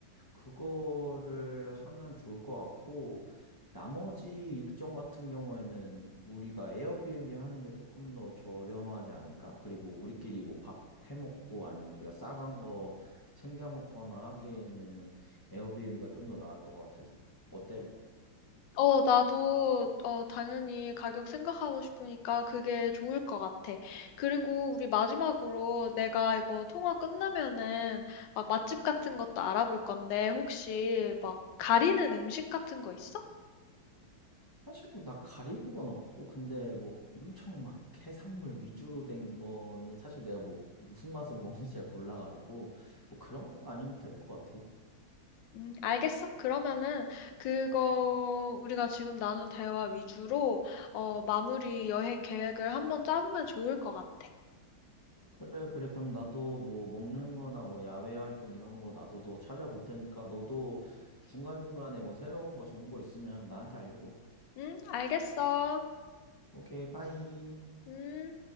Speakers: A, on the left (about 25°); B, on the left (about 70°).
A: 그거를 하면 좋을 것 같고 나머지 일정 같은 경우에는 우리가 에어비앤비 하는 게 조금 더 저렴하지 않을까? 그리고 우리끼리 뭐 밥 해먹고 아니면 우리가 싸간 거 챙겨 먹거나 하기에는 에어비앤비가 좀 더 나을 것 같아서 어때?
B: 어, 나도, 어, 당연히 가격 생각하고 싶으니까 그게 좋을 것 같아. 그리고 우리 마지막으로 내가 이거 통화 끝나면은 막 맛집 같은 것도 알아볼 건데 혹시 막 가리는 음식 같은 거 있어?
A: 사실 뭐 나 가리는 건 없고 근데 뭐 엄청 막 해산물 위주로 된 거는 사실 내가 뭐 무슨 맛을 <laughs> 먹는지 잘 몰라가지고 뭐 그런 것만 아니면 될 것 같아.
B: 음, 알겠어. 그러면은 그거 우리가 지금 나눈 대화 위주로 어, 마무리 여행 계획을 한번 짜보면 좋을 것 같아.
A: 그래 그래 그럼 나도 뭐 먹는 거나 뭐 야외 활동 이런 거 나도 더 찾아볼 테니까 너도 중간중간에 뭐 새로운 거 정보 있으면 나한테 알려줘.
B: 응, 알겠어.
A: 오케이 빠이.
B: 음.